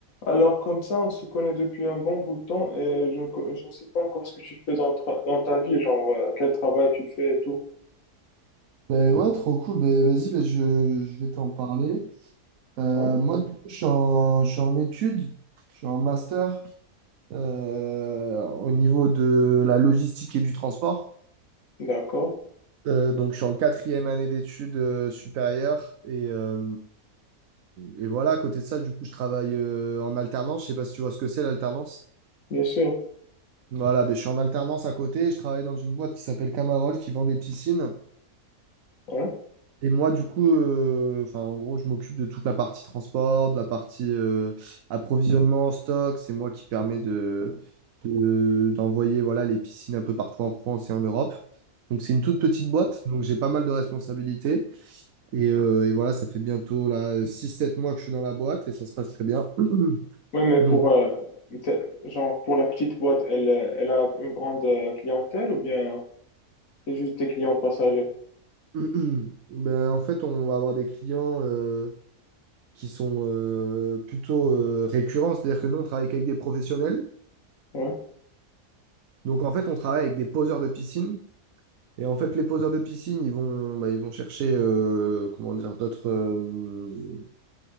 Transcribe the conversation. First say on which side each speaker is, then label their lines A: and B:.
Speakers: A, on the left; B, on the right.
A: Alors comme ça, on se connaît depuis un bon bout de temps et je ne co- je ne sais pas encore ce que tu fais dans, tra- dans ta vie, genre euh, quel travail tu fais et tout.
B: Ben ouais, trop cool. Ben, vas-y, ben je, je vais t'en parler. Euh,
A: Ouais,
B: moi, du coup, je suis en, je suis en études, je suis en master euh, au niveau de la logistique et du transport.
A: d'accord,
B: Euh, donc, je suis en quatrième année d'études euh, supérieures. Et, euh, et voilà, à côté de ça, du coup, je travaille euh, en alternance. Je sais pas si tu vois ce que c'est l'alternance.
A: bien sûr.
B: Voilà, ben, je suis en alternance à côté. Je travaille dans une boîte qui s'appelle Camarol, qui vend des piscines.
A: Ouais,
B: Et moi, du coup, euh, enfin, en gros, je m'occupe de toute la partie transport, de la partie euh, approvisionnement, stock. C'est moi qui permet de, de- d'envoyer voilà, les piscines un peu partout en France et en Europe. Donc, c'est une toute petite boîte. Donc, j'ai pas mal de responsabilités. Et, euh, et voilà, ça fait bientôt là, 6-7 mois que je suis dans la boîte et ça se passe très bien. <clears throat>
A: ouais mais
B: Donc,
A: pour, euh, t'es- genre, pour la petite boîte, elle, euh, elle a une grande euh, clientèle ou bien c'est juste des clients passagers?
B: <clears throat> ben, en fait, on va avoir des clients euh, qui sont euh, plutôt euh, récurrents. C'est-à-dire que nous, on travaille qu'avec des professionnels.
A: Ouais,
B: Donc en fait, on travaille avec des poseurs de piscine. Et en fait, les poseurs de piscine, ils vont, bah, ils vont chercher, euh, comment dire, d'autres, euh,